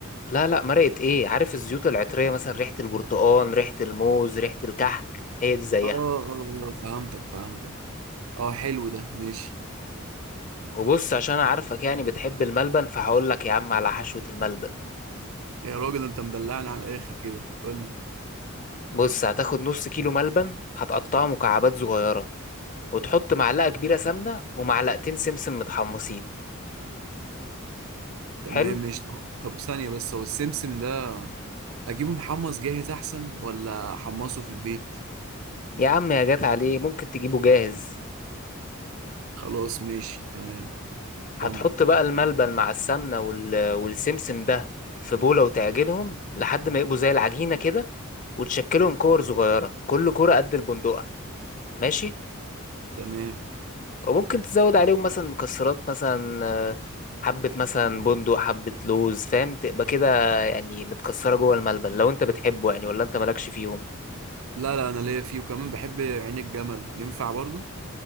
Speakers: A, on the left; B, on the right.
A: لا لا مرقه ايه عارف الزيوت العطريه مثلا ريحه البرتقال ريحه الموز ريحه الكحك هي دي زيها
B: اه اه آه، فهمتك فهمتك اه حلو ده ماشي
A: وبص عشان انا عارفك يعني بتحب الملبن فهقول لك يا عم على حشوة الملبن
B: يا راجل انت مدلعني على الاخر كده قول لي
A: بص هتاخد نص كيلو ملبن هتقطعه مكعبات صغيرة وتحط معلقة كبيرة سمنة ومعلقتين سمسم متحمصين
B: تمام
A: حلو
B: ماشي طب طب ثانية بس هو السمسم ده اجيبه محمص جاهز احسن ولا احمصه في البيت
A: يا عم يا جات عليه ممكن تجيبه جاهز
B: خلاص ماشي تمام كمل
A: هتحط
B: طب
A: بقى الملبن مع السمنة وال... والسمسم ده في بولة وتعجنهم لحد ما يبقوا زي العجينة كده وتشكلهم كور صغيرة كل كورة قد البندقة ماشي
B: تمام
A: وممكن تزود عليهم مثلا مكسرات مثلا آه، حبة مثلا بندق حبة لوز فاهم تبقى كده يعني متكسرة جوه الملبن لو انت بتحبه يعني ولا انت مالكش فيهم
B: لا لا انا ليا فيه وكمان بحب عين الجمل ينفع برضو